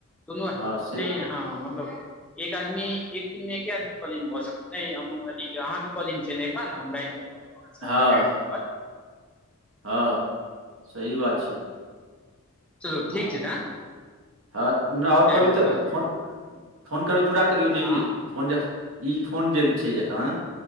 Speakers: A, in the centre; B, on the right (about 65°).
A: तुनु
B: हँ से
A: नहि हँ मतलब एक आदमी एक दिनमे एके आदमी कॉलिंग भऽ सकते नय हम ठीक अहाँके कॉलिंग छैय ने एखन हम रैत मे कऽ देब
B: हँ
A: कॉल टाइम पर
B: हँ सही बात छैय।
A: चलू ठीक
B: हँ
A: छै तऽ
B: हँ न और
A: जय
B: कभी
A: मिथिला
B: तऽ फोन फोन करबै पूरा करियौ न ये।
A: हँ
B: फोन जखन ई फोन जे छैय जखन